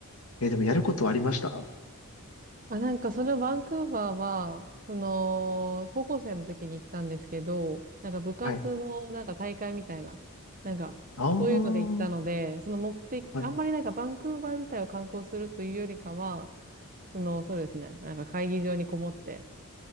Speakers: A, on the left (about 75°); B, on the right (about 40°).
A: えーでもやることはありました
B: あ、なんかそのバンクーバーは、その、高校生の時に行ったんですけど、なんか部活のなんか大会みたいな、
A: はい。
B: なんかそういうので行ったので、
A: ああ、は
B: その目的、
A: い。
B: あんまりなんかバンクーバー自体を観光するというよりかは、
A: う
B: その、そうですね、なんか会議場にこもって、